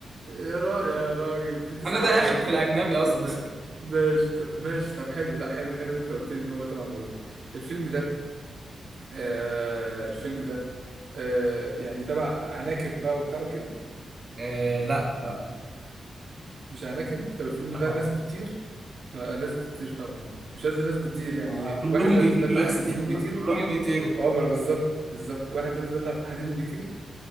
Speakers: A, on the right; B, on the right.
A: يا را يا راجل في تسع
B: انا ده
A: افلام
B: اخر
A: طب
B: في الاجنبي اصلا
A: طب ما-
B: <laughs>
A: ماشي طب ماشي طب حلو لا حلو حلو إن انت قلت لي ان هو تبع مارفل الفيلم ده آه الفيلم ده آه يعني تبع عناكب بقى وبتاع وكده
B: آه لا لا
A: مش عناكب طب الفيلم
B: طبعا
A: ده ناس بتطير آه، ناس بتطير طبعا مش قصدي ناس بتطير يعني
B: آه كلهم
A: واحد لابس
B: بيطيروا
A: بدلة حديد
B: يا اسطى
A: وبيطير
B: <laughs> كلهم بيطيروا
A: وعبرة بالظبط بالظبط واحد لابس بدلة حديد وبيطير